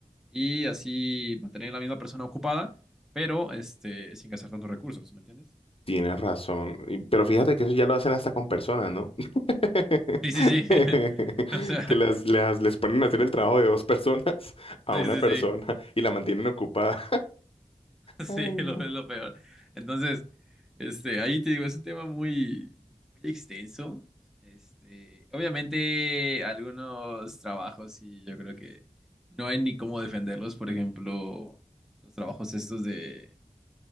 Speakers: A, in the centre; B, on the left (about 45°).
A: y así mantener a la misma persona ocupada, pero este, sin gastar tantos recursos, ¿me entiendes?
B: Tienes razón. Y- Pero fíjate que eso ya lo hacen hasta con personas, ¿no? <laughs>
A: Sí, sí, sí. <laughs> O sea,
B: Que las, las- les ponen a hacer el trabajo de dos personas <laughs> a
A: sí,
B: una
A: sí,
B: persona
A: sí. <laughs>
B: y la mantienen ocupada.
A: Sí,
B: Ay,
A: lo
B: no.
A: es lo peor. Entonces, este, ahí te digo, es un tema muy, muy extenso. Este, obviamente, algunos trabajos sí, yo creo que no hay ni cómo defenderlos. Por ejemplo, los trabajos estos de,